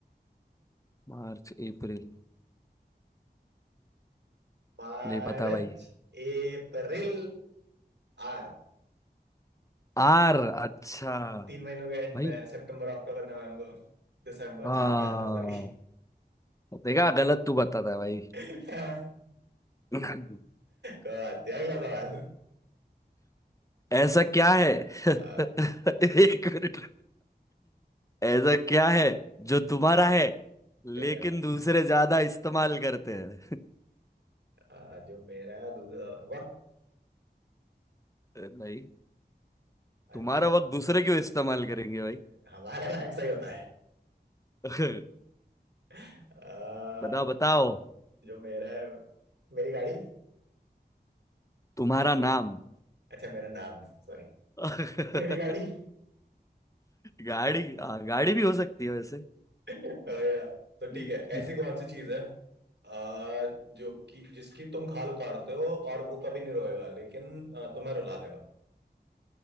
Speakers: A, on the left; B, on the right.
A: मार्च अप्रैल
B: मार्च
A: नहीं पता भाई
B: अप्रैल आर
A: आर अच्छा
B: तीन महीनों के एंड
A: भाई
B: में सितंबर अक्टूबर नवंबर दिसंबर
A: हाँ
B: चार के आता सॉरी
A: देखा गलत तू बताता है भाई
B: <laughs> कोई
A: <laughs>
B: बात नहीं, अगला सवाल
A: ऐसा क्या है <laughs>
B: अ,
A: एक मिनट ऐसा क्या है जो
B: हम्म,
A: तुम्हारा है
B: ठीक
A: लेकिन
B: है
A: दूसरे ज्यादा इस्तेमाल करते हैं
B: अ, जो मेरा है दूसरा सवाल- वक्त
A: <laughs> नहीं
B: अच्छा
A: तुम्हारा वक्त दूसरे क्यों इस्तेमाल करेंगे भाई
B: हमारे में ऐसा ही होता है
A: <laughs>
B: अ,
A: बताओ बताओ
B: जो मेरा है मेरी गाड़ी
A: तुम्हारा नाम
B: अच्छा मेरा नाम सॉरी
A: <laughs>
B: <laughs> मेरी गाड़ी
A: गाड़ी हाँ, गाड़ी भी हो सकती है वैसे <laughs>
B: और, तो ठीक
A: हम्म।
B: है ऐसी कौन सी चीज है अ, जो कि जिसकी तुम खाल उतारते हो और वो कभी नहीं रोएगा लेकिन अ, तुम्हें रुला देगा